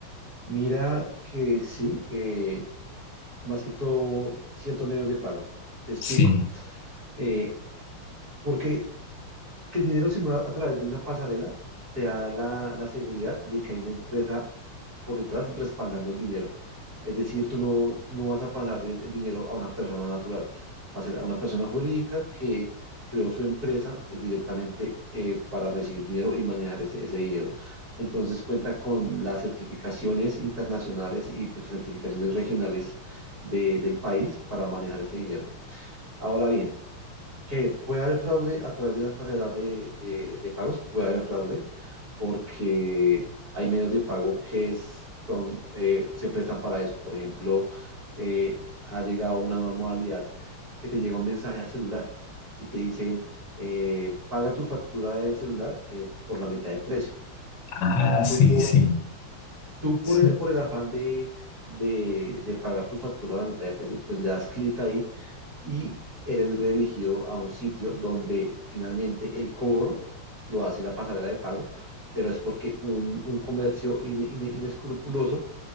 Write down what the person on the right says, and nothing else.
Mira que sí, eh, más que todo ciertos medios de pago. Te, te explico.
Eh, porque que el dinero simulado a través de una pasarela te da la, la seguridad de que hay una empresa por detrás respaldando el dinero. Es decir, tú no, tú no vas a pasarle el dinero a una persona natural, va a ser a una persona jurídica que creó su empresa eh, directamente eh, para recibir dinero y manejar ese, ese dinero. Entonces cuenta con las certificaciones internacionales y pues, certificaciones regionales de- del país para manejar ese dinero. Ahora bien, que puede haber fraude a través de las pasarelas de, de- de pagos, puede haber fraude, porque hay medios de pago que es- son, eh, se prestan para eso. Por ejemplo, eh, ha llegado una nueva modalidad que te llega un mensaje al celular y te dicen, eh, paga tu factura del celular eh, por la mitad del precio.
Tú por,
tú
por el, por el afán de, de- de pagar tu factura a la mitad de precio, pues le das clic ahí y eres redirigido a un sitio donde finalmente el cobro lo hace la pasarela de pago, pero es porque un, un comercio in- in- inescrupuloso